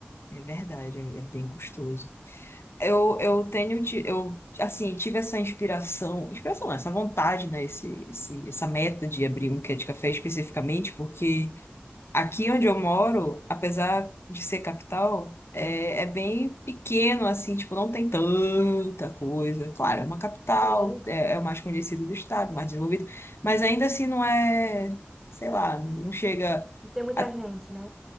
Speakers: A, on the left; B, in the centre.
A: É verdade, é é bem gostoso. Eu, eu tenho, ti- eu, assim, tive essa inspiração, inspiração não, essa vontade, né, esse, esse, essa meta de abrir um quê de café especificamente, porque aqui onde eu moro, apesar de ser capital, é, é bem pequeno, assim, tipo, não tem tanta coisa. Claro, é uma capital,
B: sim
A: é, é o mais conhecido do estado, mais desenvolvido, mas ainda assim não é, sei lá, não chega...
B: e tem muita
A: a-
B: gente, né?